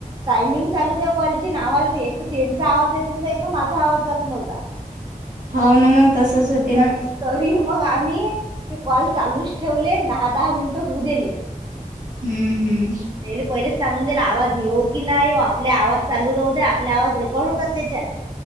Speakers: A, on the right (about 30°); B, on the right (about 65°).
A: टायमिंग चालू त्या कॉलच न, आम्हाला एक त्यांचा आवाज येत नव्हता, एक तर माझा आवाज जात नव्हता.
B: हो ना, मग तसंच
A: पण
B: होते
A: तरी
B: ना.
A: तरी मग आम्ही ते, कॉल चालूच ठेवले. दहा दहा मिनटं होऊ दिले.
B: हम्म. हम्म.
A: त्याले पहिलेच सांगून दिला. आवाज येऊ की नाही येऊ आपले आवाज चालूच राहू द्या, आपले आवाज रेकॉर्ड होतात तेच्यात.